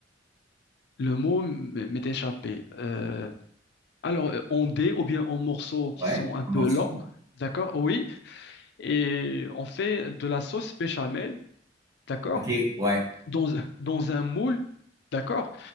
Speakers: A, on the left (about 65°); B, on the right (about 20°).
A: le mot m- m'est échappé. Euh, alors, euh, en dés ou bien en morceaux qui
B: ouais,
A: sont un peu
B: un morceau.
A: longs, d'accord? Oui. Et on fait de la sauce béchamel, d'accord?
B: OK, ouais.
A: dans, dans un moule, d'accord?